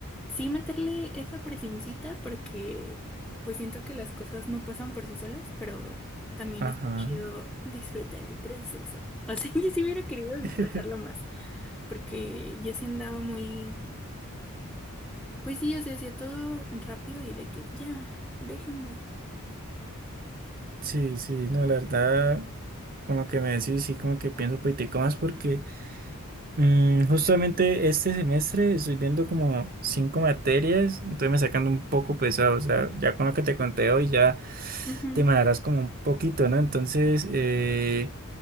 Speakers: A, in the centre; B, on the right (about 40°).
A: sí meterle esa presioncita porque pues siento que las cosas no pasan por sí solas, pero también
B: Ajá.
A: está chido disfrutar el proceso. O sea, <laughs> yo sí hubiera querido disfrutarlo
B: <laughs>
A: más, porque yo sí andaba muy, pues sí, o sea, hacía todo rápido y de que ya, déjenme.
B: Sí, sí, no, la verdad, con lo que me decís, sí, como que pienso un poquitico más porque Mm, justamente este semestre estoy viendo como cinco materias, entonces me sacando un poco pesado, o sea, ya con lo que te conté hoy ya
A: Ujú,
B: te mandarás como un poquito, ¿no? Entonces, eh,